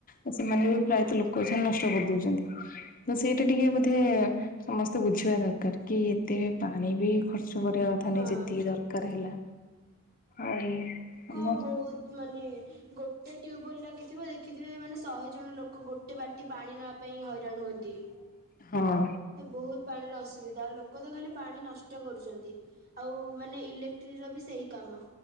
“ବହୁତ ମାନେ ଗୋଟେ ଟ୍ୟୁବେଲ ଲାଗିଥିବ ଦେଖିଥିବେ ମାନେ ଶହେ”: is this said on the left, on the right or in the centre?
Right